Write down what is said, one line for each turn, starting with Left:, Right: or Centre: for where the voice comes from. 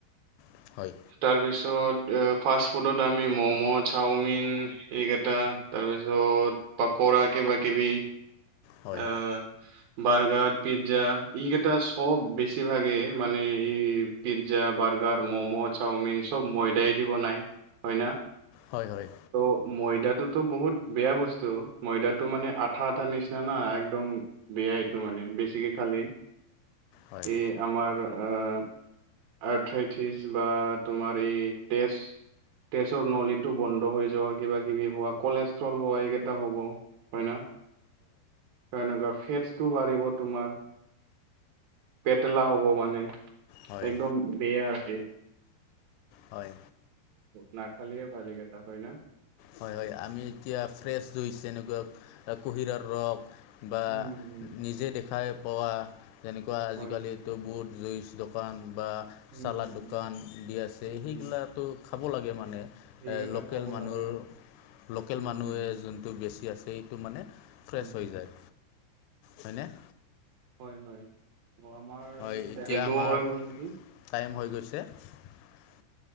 Left: হয় হয় হয়
Right: তাৰপিছত এ- ফাষ্ট-ফুডত আমি মম', চামিন এই কেইটা তাৰপিছত পাকৰা। কিবাকিবি
Left: হয়
Right: আহ। বাৰ্গাৰ, পিজ্জা ই কটা সব বেছিভাগে মানে ই পিজ্জা, বাৰ্গাৰ- ম'ম', চাওমিন চব ময়দাইদি বনাই হয় ন?
Left: হয় হয় হয়
Right: ত' ময়দাত এইটো টো বহুত বেয়া বস্তু, ময়দাটো মানে আঠা আঠা নিচিনা না একদম বেয়াই। ত' মানে বেছিকে খালি
Left: হয়
Right: এই আমাৰ আহ আঠাইত ফ্ৰিছ বা তোমাৰ এই টেষ্ট তেজৰ নলীটো বন্ধ হৈ যোৱা কিবা কিবি হোৱা কলেজ ট্ৰল এইকেইটা হ'ব, হয় না? তেনেকুৱা ফেটছটো বাঢ়িব তোমাৰ। পেটেলা হ'ব মানে
Left: হয়
Right: একদম বেয়া। আছে
Left: হয়।
Right: না খালে ভালি কটা হয় ন।
Left: হয় -হয়, আমি এতিয়া ফ্ৰেছ জুইছ যেনেকুৱা কুঁহিয়াৰ ৰস। বা
Right: উম উম
Left: নিজে দেখাই পোৱা যেনেকুৱা আজিকালিতটো
Right: হয় হয়
Left: বহুত জুইছ। দোকান বা
Right: উম
Left: চালাাদ
Right: উম
Left: দোকান দি আছে
Right: উম
Left: সেইগিলাটো
Right: উম
Left: খাব লাগে মানে। এ
Right: সেইকেইটা
Left: লোকেল
Right: খাব
Left: মানুহৰ-
Right: লাগে
Left: লোকেল
Right: উম
Left: মানুহে
Right: উম
Left: যোনটো বেছি আছে, সেইটো মানে ফ্ৰেছ
Right: উম
Left: হৈ যায়। হয়নে?
Right: হয় -হয়, আমাৰ
Left: হয়
Right: এই
Left: এতিয়া
Right: বেটো
Left: আমাৰ
Right: হৈ গ'ল নেকি।
Left: টাইম <unintelligible>